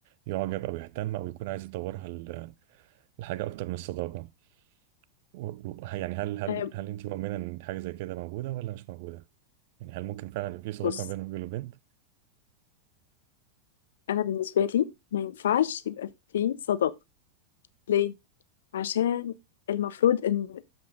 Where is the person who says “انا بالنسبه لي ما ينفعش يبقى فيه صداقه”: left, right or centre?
Left